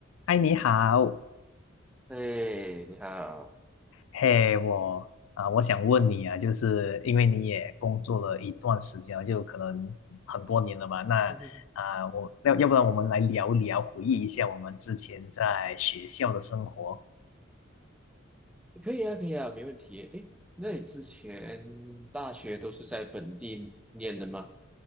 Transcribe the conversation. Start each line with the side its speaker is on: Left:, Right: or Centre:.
Left: 嗨，你好，
Centre: 哎，你好，
Left: 嘿，我啊、我想问你啊，就是因为你也工作了一段时间了，就可能很多年了吧？那啊、
Centre: <laughs> 嗯，
Left: 我要要不然我们来聊一聊，回忆一下我们之前在学校的生活。
Centre: 可以啊，可以啊，没问题。哎，那你之前大学都是在本地念的吗？